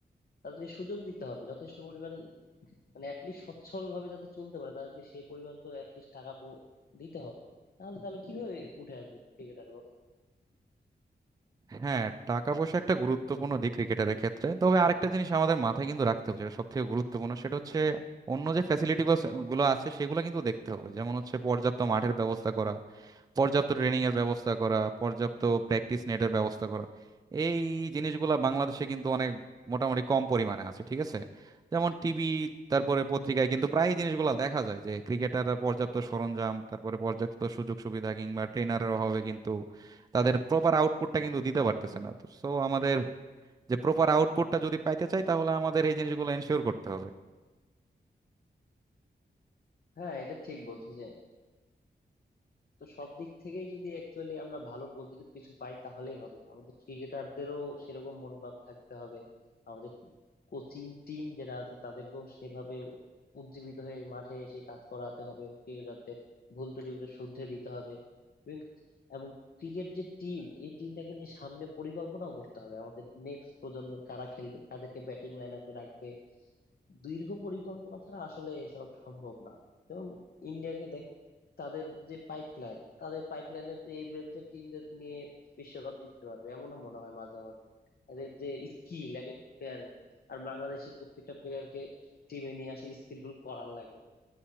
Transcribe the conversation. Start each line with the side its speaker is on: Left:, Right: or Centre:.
Left: তাদেরকে সুযোগ দিতে হবে যথেষ্ট পরিমাণ মানে অ্যাটলিস্ট সচ্ছল ভাবে যাতে চলতে পারে তাদেরকে সেই পরিমাণ তো অ্যাটলিস্ট টাকা পো- দিতে হবে তাহলে তাহলে কিভাবে উঠে আসবে ক্রিকেটার বল
Right: হ্যাঁ টাকা পয়সা একটা গুরুত্বপূর্ণ দিক ক্রিকেটারের ক্ষেত্রে তবে আরেকটা জিনিস আমাদের মাথায় কিন্তু রাখতে হবে যেটা সব থেকে গুরুত্বপূর্ণ সেটা হচ্ছে অন্য যে ফ্যাসিলিটি গুলো আছে সেগুলো কিন্তু দেখতে হবে যেমন হচ্ছে পর্যাপ্ত মাঠের ব্যবস্থা করা পর্যাপ্ত ট্রেনিং এর ব্যবস্থা করা পর্যাপ্ত প্র্যাকটিস নেটের ব্যবস্থা করা এই জিনিসগুলো বাংলাদেশে কিন্তু অনেক মোটামুটি কম পরিমাণে আছে ঠিক আছে যেমন টিভি তারপরে পত্রিকায় কিন্তু প্রায় এই জিনিসগুলো দেখা যায় যে ক্রিকেটাররা পর্যাপ্ত সরঞ্জাম তারপরে পর্যাপ্ত সুযোগ সুবিধা কিংবা ট্রেনারের অভাবে কিন্তু তাদের প্রপার আউটপুটটা কিন্তু দিতে পারতেছে না তো সো আমাদের যে প্রপার আউটপুটটা যদি পাইতে চাই তাহলে আমাদের এই জিনিসগুলো এনশিওর করতে হবে
Left: হ্যাঁ এটা ঠিক বলছো যে তো সব দিক থেকেই যদি অ্যাকচুয়ালি আমরা ভালো পজিটিভ কিছু পাই তাহলেই হবে আমাদের ক্রিকেটারদেরও সেরকম মনোভাব থাকতে হবে আমাদের কোচিং টিম যারা আছে তাদেরকেও সেভাবে উজ্জীবিত হয়ে মাঠে এসে কাজ করাতে হবে ক্রিকেটারদের ভুল ত্রুটিগুলো শুধরে দিতে হবে এবং এবং ক্রিকেট যে টিম এই টিমটাকে নিয়ে সামনে পরিকল্পনাও করতে হবে আমাদের নেক্সট প্রজন্মে কারা খেলবে কাদেরকে ব্যাটিং লাইন আপে রাখবে দীর্ঘ পরিকল্পনা ছাড়া আসলে এসব সম্ভব না যেমন ইন্ডিয়াকে দেখ তাদের যে পাইপলাইন তাদের পাইপলাইনের যে এই ব্রেনসের টিমদের নিয়ে বিশ্বকাপ জিততে পারবে এমনও মনে হয় মাঝে মাঝে এদের যে স্কিল এক একটা প্লেয়ারের আর বাংলাদেশে প্রত্যেকটা প্লেয়ারকে টিমে নিয়ে আসে স্কিলফুল করার লাগে